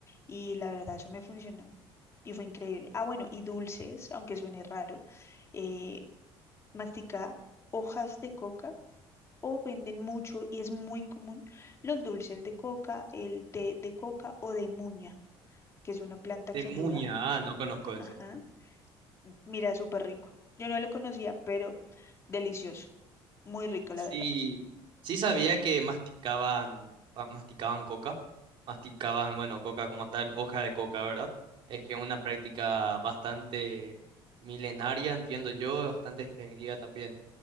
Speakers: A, on the left; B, on the right.
A: y la verdad eso me funcionó, y fue increíble. Ah, bueno, y dulces, aunque suene raro, eh, masticaba hojas de coca o venden mucho y es muy común los dulces de coca, el té de coca o de muña, que es una planta
B: De
A: que
B: muña,
A: ayuda.
B: ah, no conozco
A: <laughs>
B: eso.
A: Ajá. Mira, súper rico. Yo no lo conocía, pero delicioso. Muy rico, la
B: Sí,
A: verdad.
B: sí sabía que masticaban, pa- masticaban coca, masticaban, bueno, coca como tal, hoja de coca, ¿verdad? Es que es una práctica bastante milenaria, entiendo yo, bastante extendida también.